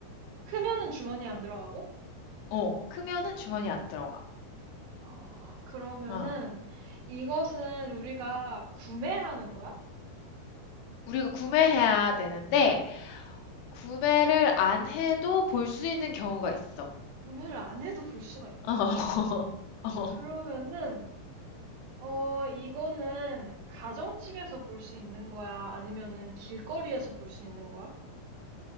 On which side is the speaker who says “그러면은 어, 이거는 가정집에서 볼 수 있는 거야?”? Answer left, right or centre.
Right